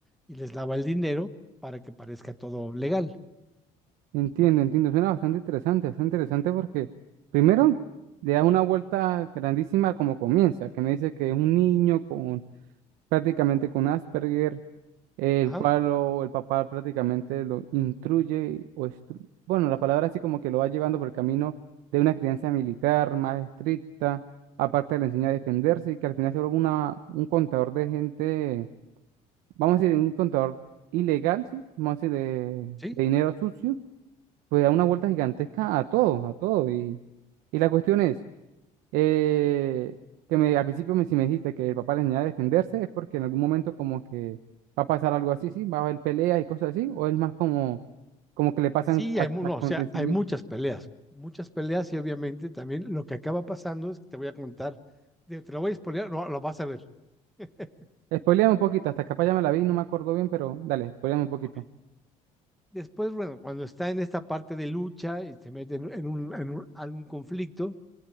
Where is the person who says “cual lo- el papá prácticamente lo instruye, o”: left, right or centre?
Right